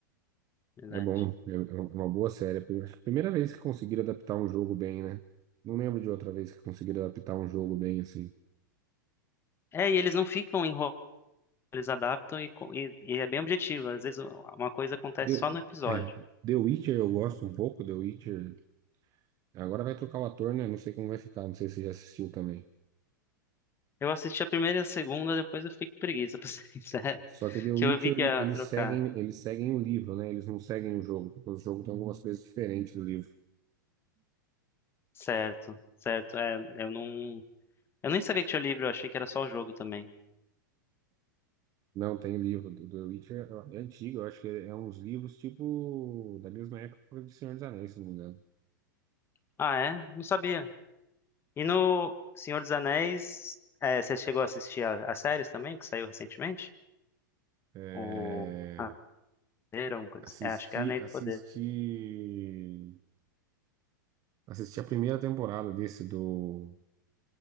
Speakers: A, on the left; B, on the right.
A: Verdade.
B: É bom, é é uma boa série. Acho que a Primeira vez que conseguiram adaptar um jogo bem, né? Não lembro de outra vez que conseguiram adaptar um jogo bem assim.
A: É, e eles não ficam enrolados, eles adaptam e, co- e, e é bem objetivo. Às vezes uma coisa acontece
B: The,
A: só no episódio.
B: é, The Witcher eu gosto um pouco, The Witcher. Agora vai trocar o ator, né? Não sei como vai ficar, não sei se você já assistiu também.
A: Eu assisti a primeira e a segunda, depois eu fiquei com preguiça, <laughs> pra ser sincero.
B: Só que The Witcher,
A: Que eu vi que ia
B: eles
A: trocar.
B: seguem, eles seguem o livro, né? Eles não seguem o jogo, porque o jogo tem algumas coisas diferentes do livro.
A: Certo, certo. É, eu não. Eu nem sabia que tinha livro, eu achei que era só o jogo também.
B: Não, tem livro. do The Witcher é é antigo, eu acho que é uns livros tipo da mesma época do Senhor dos Anéis, se não me engano.
A: Ah, é? Não sabia. E no Senhor dos Anéis, é, você chegou a assistir a- as séries também, que saiu recentemente?
B: É...
A: O. Ah, era uma coisa.
B: Assisti,
A: assim. É, acho que é Anéis
B: assisti,
A: do Poder.
B: assisti a primeira temporada desse do